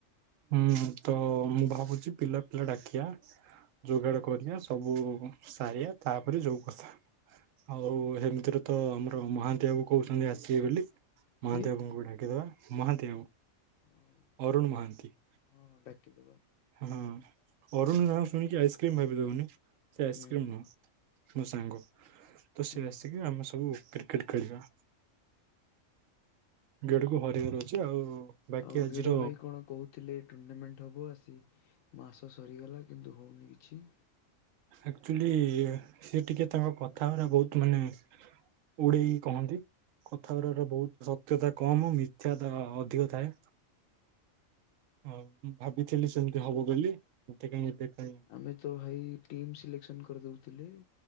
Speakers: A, on the right; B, on the left.
A: ହୁଁ ତ ମୁଁ ଭାବୁଛି ପିଲା ପିଲା ଡାକିଆ। ଯୋଗାଡ କରିବା ସବୁ ସାରିଆ ତାପରେ ଯୋଉ କଥା। ଆଉ ହେମିତିରେ ତ ଆମର ମହାନ୍ତି ବାବୁ କହୁଛନ୍ତି ଆସିବେ ବୋଲି। ମହାନ୍ତିବାବୁଙ୍କୁ
B: କିଏ
A: ଡାକିଦବା ମହାନ୍ତିବାବୁ
B: ହଉ
A: ଅରୁଣ
B: ହଉ
A: ମହାନ୍ତି।
B: ହଁ ହଁ ଡାକିଦବା।
A: ହଁ ଅରୁଣ ନାଁ ଶୁଣିକି ଆଇସ୍କ୍ରିମ ଭାବିଦବୁନି ସେ ଆଇସ୍କ୍ରିମ
B: ହୁଁ ହୁଁ।
A: ନୁହଁ। ମୋ ସାଙ୍ଗ ତ ସିଏ
B: ହଁ
A: ଆସିକି
B: ହଁ
A: ଆମେ ସବୁ କ୍ରିକେଟ ଖେଳିବା। ଗେଡୁ କୁ ହରେଇବାର ଅଛି ଆଉ ବାକି
B: ଆଉ
A: ଆଜିର
B: ଗେଡ଼ ଭାଇ କଣ କହୁ ଥିଲେ ଟୁର୍ଣ୍ଣାମେଣ୍ଟ ହେବ ଆସି ମାସ ସରିଗଲା କିନ୍ତୁ ହୋଉନି କିଛି।
A: ଆକ୍ଚୁଆଲି ସେ ଟିକେ ତାଙ୍କ କଥା ଗୁରା ବହୁତ ମାନେ ଉଡେଇକି କହନ୍ତି। କଥାବାର ବାରେ ବହୁତ ସତ୍ୟତା କମ ମିଥ୍ୟା ଅଧିକ ଥାଏ। ହୋଉ ମୁଁ ଭାବିଥିଲି ସେମିତି ହବ ବୋଲି ମତେ କାଇହିଁ ଏତେ କାଇଁ
B: ଆମେ ତ ଭାଇ ଟିମ୍ ସିଲେକ୍ସନ କରିଦଉଥିଲେ